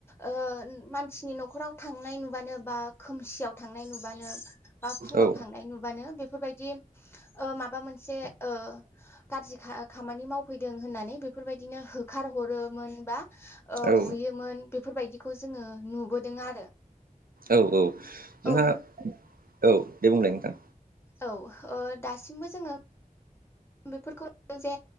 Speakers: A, on the left; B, on the right.
A: ओ मानसिनि न'खराव थांनाय नुबानो बा खोमसियाव थांनाय नुबानो बा फुङाव
B: औ
A: थांनाय नुब बांनो बेफोरबायदि ओ माबा मोनसे ओ गाज्रि खा खामानि मावफैदों होननानै बेफोरबायदिनो होखार हरोमोन बा ओ
B: औ
A: बुयोमोन बेफोरबायदिखौ जोंङो नुबोदों आरो।
B: औ औ जोंहा
A: औ
B: औ दे बुंलाय नोंथां।
A: औ ओ दासिमबो जोंङो बेफोरखौ जे